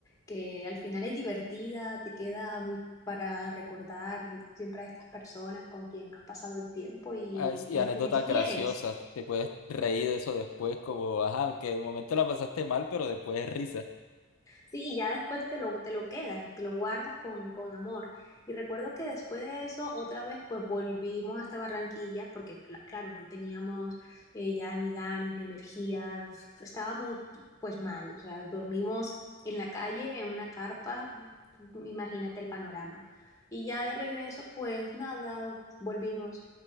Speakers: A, on the left; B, on the left.
A: que al final es divertida, te queda mm, para recordar siempre a estas personas con quien has pasado el tiempo y,
B: Ay, Y
A: y
B: anécdotas
A: a quienes quieres.
B: graciosas, te puedes reír de eso después, como, ajá, aunque de momento la pasaste mal, pero después es risa.
A: Sí, y ya después te lo, te lo quedas, te lo guardas con, con amor. Y recuerdo que después de eso, otra vez, pues volvimos hasta Barranquilla, porque cla- claro, no teníamos eh, ya ni ganas ni energía, f- estábamos pues mal, o sea, dormimos en la calle, en una carpa, m- imagínate el panorama. Y ya de regreso, pues nada, volvimos,